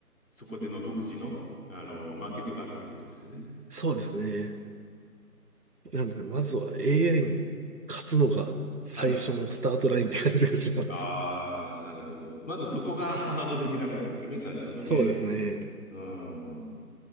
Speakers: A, in the centre; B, on the right.
A: そこでの独自の、あの、マーケットがあるということですよね。
B: そうですね。なので、まずは AI に勝つのが最初のスタートラインって感じがします。
A: はい。ああ、なるほど。まずそこが <laughs> ハードルになるんですかね、最初のね。
B: そうですね。
A: うん。